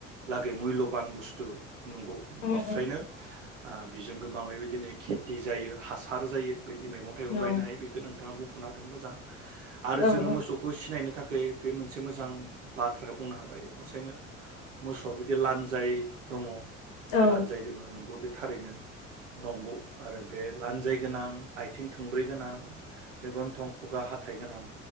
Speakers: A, on the right; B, on the left.
A: लागै मुल्यबान बुस टु नंगौ
B: उम
A: हसायैनो
B: उम
A: ओ बिजों गोबां बेबायदिनो खेथि जायो हासार जायो। बिदि मैगं थाइगं
B: औ
A: गायनो हायो बेखौ नों बिथाङा बुंफोरना होदों मोजां आरो
B: औ
A: जोङो मोसौखौ सिनायनो थाखै बे मोनसे मोजां बाथ्राखौ बुंनो हाबाय असायनो मोसौआ बिदि लान्जाय दङ'
B: औ
A: लानजाय दोङो नंगौ बे थारैनो नंगौ आरो बे लान्जाय गोनां। आइथिं थोंब्रै गोनां। <unintelligible> गनथं, खुगा, हाथाइ गोनां,